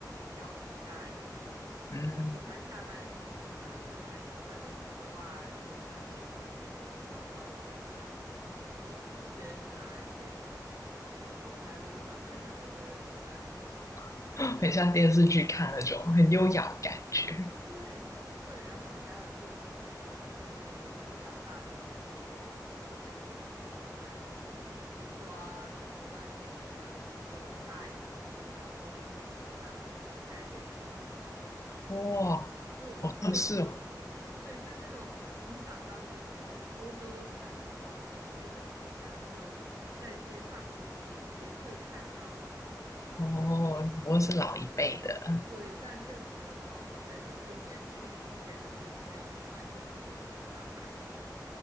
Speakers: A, on the right; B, on the left.
A: 貂皮大衣，
B: 嗯，
A: 但是他下半身可能就还是穿着丝袜，然后穿着一个那种小高跟的靴靴子啊鞋子，然后走在路上颤颤巍巍的走在路上。<laughs>
B: <laughs> <gasps> 很像电视剧看那种很优雅的感觉。
A: 对，就会，然后还有就可能有一些年纪比较大的老爷爷，然后也是那种穿西装，然后外面穿一个大衣，然后甚至头上可能还戴着一个礼帽，
B: 哇，
A: 那种就会有。
B: 好像是哦！
A: 对，就那种你想到那种欧洲传统老绅士的形象，就在街上其实也也会看到的。
B: 哦，不过是老一辈的。<laughs>
A: 对，但就只有老一辈了，就年轻一点的，就现在已经完全不会这么打扮。<laughs>